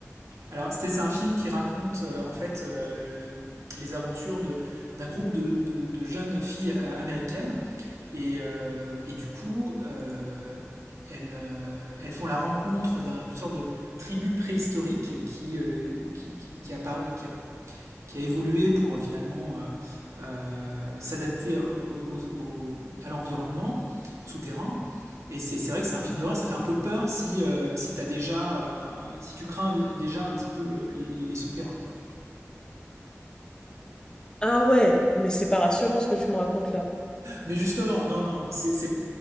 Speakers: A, on the right (about 75°); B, on the left (about 15°).
A: Alors, c'est un film qui raconte euh, en fait euh, les aventures de, d'un groupe de, de, de, jeunes filles euh, américaines. Et, euh, et du coup, euh, elles, euh, elles, font la rencontre d'un, d'une sorte de tribu préhistorique qui, euh, qui, qui, qui, appara qui qui a évolué pour euh, finalement euh, euh, s'adapter au- au- au- à l'environnement souterrain. Et c'est c'est vrai que c'est un film d'horreur, ça fait un peu peur si, euh, si, t'as déjà, euh, si tu crains déjà un petit peu le- les, les- les souterrains. quoi.
B: Ah ouais, mais c'est pas rassurant ce que tu me racontes là.
A: Mais justement, non, non, mais c'est, c'est-